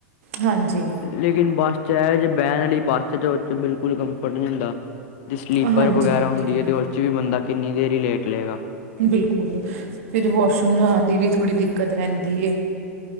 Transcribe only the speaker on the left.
ਲੇਕਿਨ ਬੱਸ ਚ ਇਹ ਜੇ ਬਹਿਣ ਵਾਲੀ ਬੱਸ ਚ ਤੇ ਉਹ ਚ ਬਿਲਕੁਲ ਕੰਫਰਟ ਨਹੀਂ ਹੁੰਦਾ ਜੇ ਸਲੀਪਰ
ਵਗੈਰਾ ਹੁੰਦੀ ਹੈ ਤਾਂ ਉਹਦੇ 'ਚ ਵੀ ਬੰਦਾ ਕਿੰਨੀ ਦੇਰ ਹੀ ਲੇਟ ਲਏਗਾ